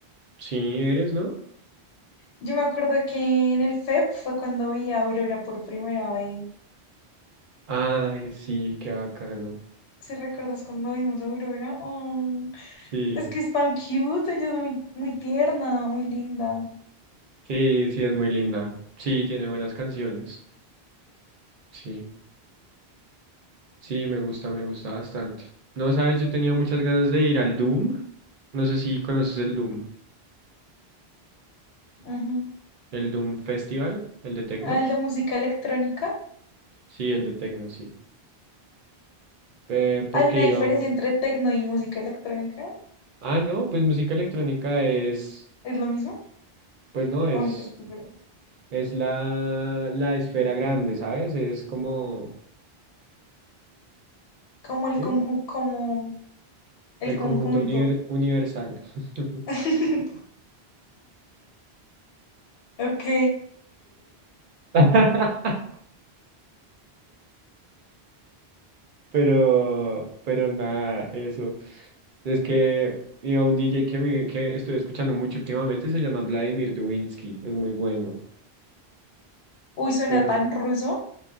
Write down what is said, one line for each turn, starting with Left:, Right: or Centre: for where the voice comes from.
Right: Sí, eres, ¿no?
Left: Yo me acuerdo que en el FEP fue cuando vi a Aurora por primera vez.
Right: Ay, sí, qué bacano.
Left: Si recuerdas cuando vimos a Aurora? Oh.
Right: Sí,
Left: Es que es tan cute, ella es muy, muy tierna, muy linda.
Right: sí, sí, es muy linda. Sí, tiene buenas canciones. Sí. Sí, me gusta, me gusta bastante. No, sabes, yo tenía muchas ganas de ir al Doom. No sé si conoces el Doom,
Left: Ujú.
Right: el Doom Festival, el de Tecno.
Left: Ah, el de música electrónica.
Right: Sí, el de Tecno, sí. Eh, porque
Left: ¿Hay una diferencia
Right: iba.
Left: entre tecno y música electrónica?
Right: Ah, no, pues música electrónica es,
Left: ¿Es lo mismo?
Right: pues no, es,
Left: ¿O n- es diferente?
Right: es la, la esfera grande, ¿sabes? Es como
Left: Como el
Right: ¿sí?
Left: conju- como el
Right: el
Left: conjunto.
Right: conjunto univer- universal. <laughs>
Left: <laughs> Ok.
Right: <laughs> Pero, pero nada, eso. Es que iba un DJ que, me- que estoy escuchando mucho últimamente, se llama Vladimir Dubinsky, es muy bueno.
Left: Uy, suena
Right: Pero
Left: tan ruso.